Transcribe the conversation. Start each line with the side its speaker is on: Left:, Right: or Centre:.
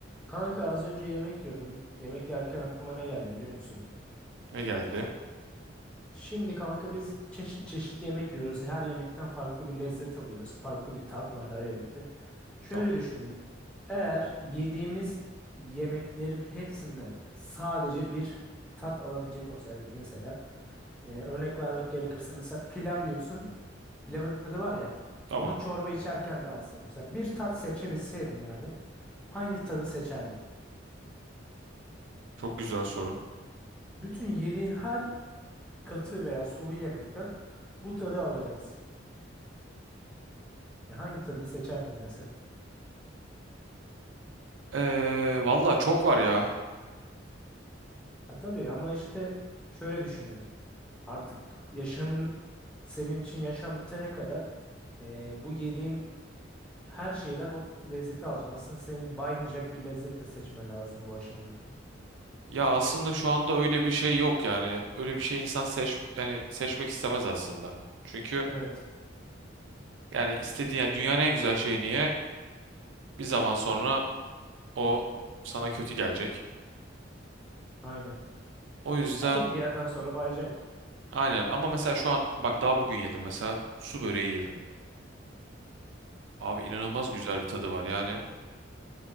Centre: Kanka az önce yemek yiyordum. Yemek yerken aklıma ne geldi biliyor musun?
Right: Ne geldi?
Centre: Şimdi kanka biz çeşit çeşit yemek yiyoruz. Her yemekten farklı bir lezzet alıyoruz. Farklı bir tat var her yemekte. Şöyle
Right: Tamam.
Centre: düşündüm. Eğer yediğimiz yemeklerin hepsinden sadece bir tat alabilecek olsaydık mesela. e, örnek vermek gerekirse mesela pilav yiyorsun. Pilavın tadı var ya.
Right: Tamam.
Centre: Bunu çorba içerken de alsak mesela. Bir tat seçebilseydin yani. Hangi tadı seçerdin?
Right: Çok güzel soru.
Centre: Bütün yediğin her katı veya sulu yemekten bu tadı alacaksın. Ya hangi tadı seçerdin mesela?
Right: Ee, valla çok var ya.
Centre: Ha tabii ama işte şöyle düşünüyorum. Artık yaşamın senin için yaşam bitene kadar e, bu yediğin her şeyden o lezzeti alacaksın. Aslında seni baymayacak bir lezzet de seçmen lazım bu aşamada.
Right: Ya aslında şu anda öyle bir şey yok yani. Öyle bir şey insan seç yani seçmek istemez aslında. Çünkü
Centre: Evet,
Right: yani istediğin yani dünyanın en güzel şeyi niye bir zaman sonra o sana kötü gelecek.
Centre: aynen.
Right: O yüzden
Centre: Ha tabii bir yerden sonra bayacak.
Right: aynen ama mesela şu an bak daha bugün yedim mesela su böreği yedim. Abi inanılmaz güzel bir tadı var yani